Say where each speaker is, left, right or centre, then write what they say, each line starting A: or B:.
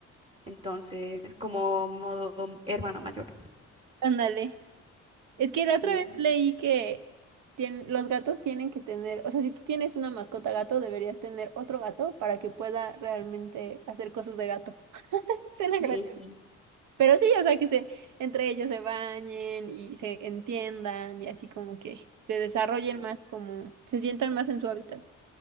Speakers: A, on the right; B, on the right.
A: Entonces, como modo hermano mayor.
B: Ándale. Es que
A: Sí,
B: la otra vez leí que tien- los gatos tienen que tener, o sea, si tú tienes una mascota gato, deberías tener otro gato para que pueda realmente hacer cosas de gato. <laughs> Suena
A: sí,
B: gracioso.
A: sí,
B: Pero sí, o sea, que se, entre ellos se bañen y se entiendan y así como que se desarrollen
A: sí,
B: más, como se sientan más en su hábitat.